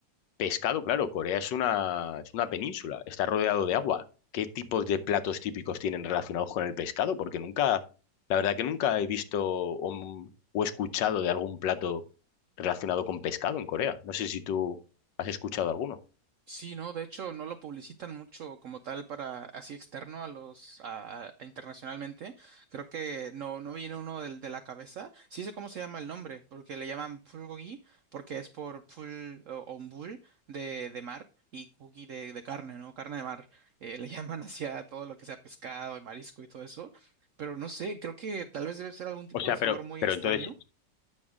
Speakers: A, on the left; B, on the right.
A: pescado, claro, Corea es una, es una península, está rodeado de agua. ¿Qué tipos de platos típicos tienen relacionados con el pescado? Porque nunca, la verdad que nunca he visto o, o escuchado de algún plato relacionado con pescado en Corea. No sé si tú has escuchado alguno.
B: Sí, no, de hecho no lo publicitan mucho como tal para así externo a los a, a- a internacionalmente. Creo que no no viene uno del, de la cabeza. Sí sé cómo se llama el nombre, porque le llaman pulgogi porque es por pul o, o un bull de, de mar y gogi de, de carne, ¿no? Carne de mar. Eh, le <laughs> llaman hacia todo lo que sea pescado y marisco y todo eso. Pero no sé, creo que tal vez debe ser algún tipo
A: O sea,
B: de sabor
A: pero,
B: muy
A: pero
B: extraño.
A: entonces,